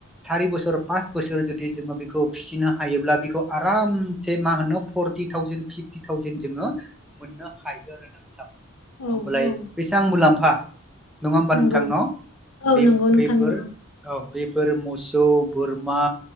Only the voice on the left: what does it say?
औ
औ
नंगौ
औ
नंगौ नोंथां
नंगौ